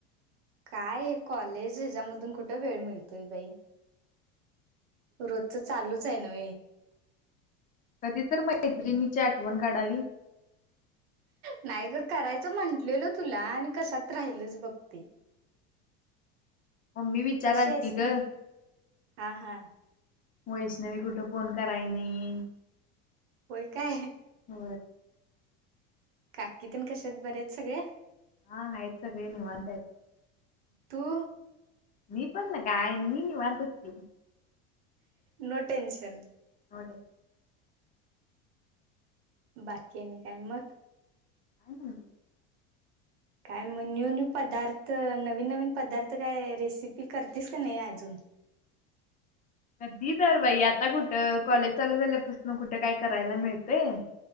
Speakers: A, on the right (about 80°); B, on the left (about 25°).
A: काय हे कॉलेज हच्यामधून कुठं वेळ मिळतोय बाई रोज तर चालूच आहे न
B: कधी तर मैत्रिणीच्या ण काढावी
A: नाही ग करायचं म्हंटलेल तुला आणि कशात राहिलच बघते
B: मम्मी विचारालती
A: कसे आहेस
B: ग
A: मी हा हा
B: वईस ना मी कुठं फोन कराय नाही
A: होय काय
B: होय
A: काकीतन कशत बऱ्याच सगळ्या
B: हा आयत सगळी नव वातायत
A: तू
B: मी पण ना काय मी नाही म्हतो ती
A: नो टनशन
B: होर
A: बाकी आहेनी काय मग
B: काले
A: काय मग न्यू न्यू पदार्थ नवीन नवीन पदार्थ काय रेसिपी करतेस का नाही अजून
B: कधी तर बाई आता कुठं कॉलेज चालू झाल्यापासून कुठे काय करायला मिळतय